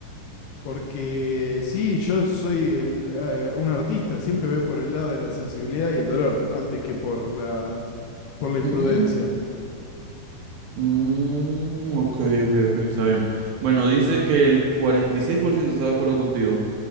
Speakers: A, on the left; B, on the right.
A: Porque sí, yo soy el, eh, un artista, siempre voy por el lado de la sensibilidad y el dolor, antes que por la, por la imprudencia.
B: Ujú. Mm, ok, ok, ok, está bien. Bueno, dice que el 46% está de acuerdo contigo.